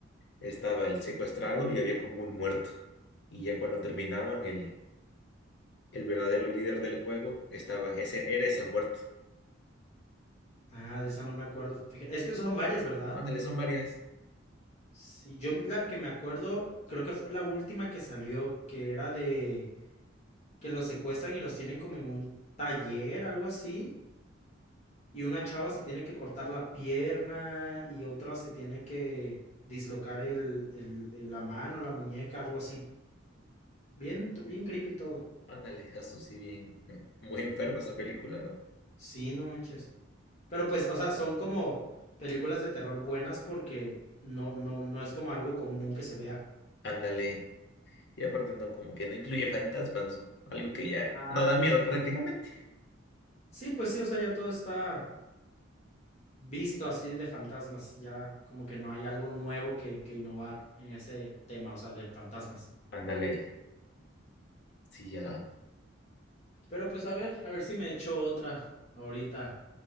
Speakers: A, on the left; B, on the left.
A: estaba el secuestrado y había como un muerto. Y ya cuando terminaban, el, el verdadero líder del juego estaba, ese, era ese muerto.
B: Ah, de esa no me acuerdo. fíjate. Es que son varias, ¿verdad?
A: Ándale, son varias.
B: Sí, yo la que me acuerdo, creo que fue la última que salió, que era de que los secuestran y los tienen como en un taller, algo así, y una chava se tiene que cortar la pierna y otra se tiene que dislocar el, el- el- la mano, la muñeca, algo así. Bien, t- bien creepy todo.
A: Ándale, eso sí, bien. <laughs> Muy enferma esa película, ¿no?
B: Sí, no manches. Pero pues, o sea, son como películas de terror buenas porque no, no, no es como algo común que se vea.
A: Ándale. Y aparte, no, como que no incluye fantasmas, ¿no? Algo que ya
B: Ándale.
A: no da miedo prácticamente.
B: Sí, pues sí, o sea, ya todo está visto así de fantasmas. Ya como que no hay algo nuevo que, que innovar en ese tema, o sea, de fantasmas.
A: Ándale, sí, ya.
B: Pero pues a ver, a ver si me echo otra ahorita.